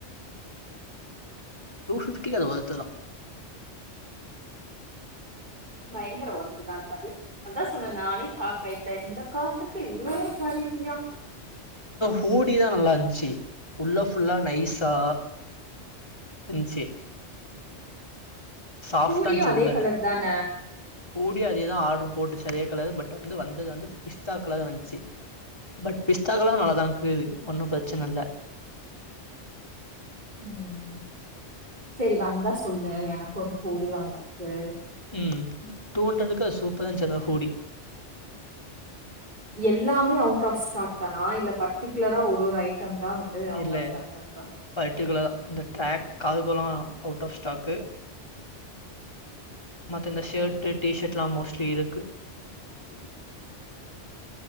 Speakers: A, on the left; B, on the right.
A: டூ பிப்டிக்கு அது வெர்த்துதான்
B: பயங்கர ஒர்த்துதான்டா அது அதா சொன்னேன் நானே ஷாக்காயிட்டேன் இந்த காசுக்கு இவ்ளோ குவாலிட்டியா
A: பூடிதான் நல்லாருந்துச்சு உள்ளே ஃபுல்லா நைஸா இன்சு சாப்டா
B: கூடியும்
A: இருன்சு உள்ளர
B: அதே கலர் தானே
A: ஊடி அதேதான் ஆடுரு போட்டு சரியா கலர் பட் வந்து வந்தது வந்து பிஸ்தா கலர் வந்துச்சு பட் பிஸ்தா கலர் நல்லாதான் கீது ஒன்னம் பிரச்சனை இல்ல
B: ம் சரி வந்தா சொல்லு எனக்கு ஒரு பூடி வாங்கறக்கு
A: ம் டூ ஹண்ட்ரடுக்கு சூப்பராஞ் அந்த ஹூடி
B: எல்லாமே அவுட் ஆஃப் ஸ்டாக் தானா இல்ல பட்டிகுலரா ஒரு ஒரு ஐட்டம் இதா வந்து அவுட்
A: இதுல
B: ஆஃப் ஸ்டாக்ல இருக்கா
A: இந்த ட் ராக் ஆதுகலா அவுட் ஆஃப் ஸ்டாக்கு மத்த இந்த ஷட்
B: ஆ.
A: டீ ஷட் எல்லா மோஸ்ட் இருக்கு
B: உ